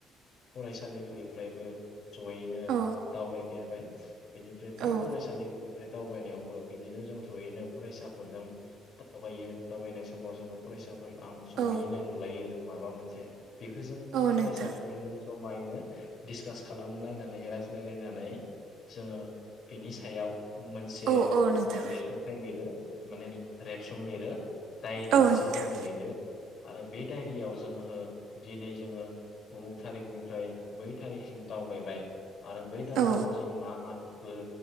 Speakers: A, on the left (about 45°); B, on the right (about 80°).
A: फरायसालिफोरनिफ्रायबो जयैनो
B: औ
A: दावबायफेरबाय बिनिफ्राय
B: औ
A: बे फरायसालिफोरनिफ्राय दावबायनायावबो बिदिनो जों जयैनो फरायसाफोरजों दावबायो दावबायनाय समाव जोंङो फरायसा आं जयैनो
B: औ
A: नोलायो जों माबा मोनसे बेखौ जों
B: औ
A: फरायसा
B: नोंथां
A: बेनि जमायैनो डिसकास खालामलायनानै रायज्लायलायनानै जोंङो बिनि सायाव मोनसे
B: औ औ नोंथां
A: लिरसुंथाय लिरो माने रेबसुं लिरो दायरि
B: औ
A: मोनसे
B: नोंथां
A: जोङो लिरो आरो बे दायरियाव जोंङो दिनै जोंङो उमुक थारिखनिफ्राय बै थारिखसिम दावबाय आरो बै दावबायनायाव
B: औ
A: जों मा मा नोबाय